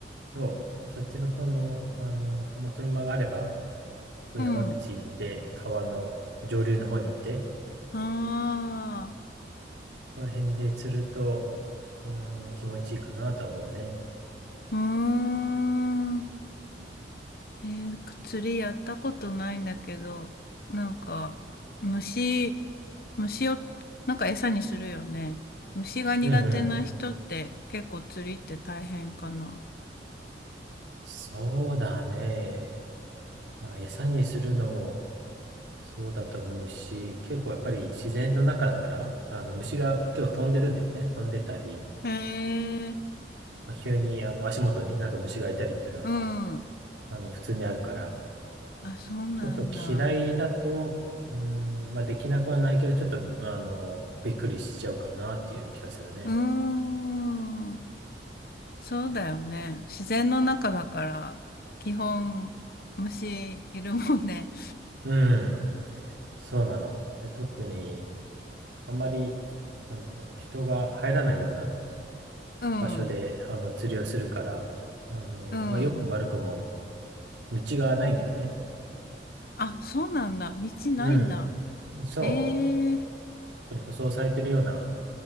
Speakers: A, on the right; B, on the left.
A: そう。そっちの方の、あの、まあ、車があれば、こう山道行って、
B: うん。
A: 川の上流の方に行って、
B: ああ、
A: ここら辺で釣ると、あの、気持ちいいかなとは思うね。
B: うーん。えー釣りやったことないんだけど、なんか、虫、虫を、なんか餌にするよね。虫が苦手な人って結構釣りって大変かな。
A: うんうん。そうだね。まあ、餌にするのもそうだと思うし、結構やっぱり自然の中だから、あの虫が結構飛んでるんだよね。飛んでたり、
B: へえ、
A: まあ、急にあの足元になんか虫がいたりっていうのは、
B: うん。
A: あの普通にあるから、
B: あ、そうなんだ。
A: ちょっと嫌いだと、うーん、まあできなくはないけど、ちょっと、まあ、あの、びっくりしちゃうかなっていう気がするね。
B: うーん。そうだよね。自然の中だから、基本、虫いるもんね。
A: うん、そうなの。で、特に、あんまり、なんだろう、人が入らないような、
B: うん、
A: 場所で、
B: う
A: あの、釣りをするから、あの、
B: ん。
A: まあ、よくマルコも道がないんだよね。
B: あ、そうなんだ。道ないんだ。
A: うん。そう。
B: ええ
A: 特に舗装されてるような